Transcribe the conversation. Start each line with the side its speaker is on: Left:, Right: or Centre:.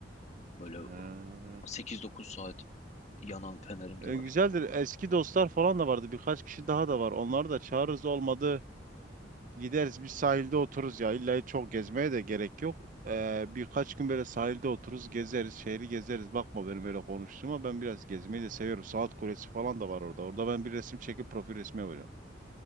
Left: Böyle
Right: He.
Left: sekiz dokuz saat Yanan fenerim
Right: E,
Left: de var.
Right: güzeldir.
Left: O-
Right: Eski dostlar falan da vardı. Birkaç kişi daha da var. Onları da çağırırız olmadı. Gideriz bir sahilde otururuz ya. İlla çok gezmeye de gerek yok. Ee, birkaç gün böyle sahilde otururuz, gezeriz, şehri gezeriz. Bakma benim öyle konuştuğuma ben biraz gezmeyi de seviyorum. Saat Kulesi falan da var orada. Orada ben bir resim çekip profil resmi yapacağım.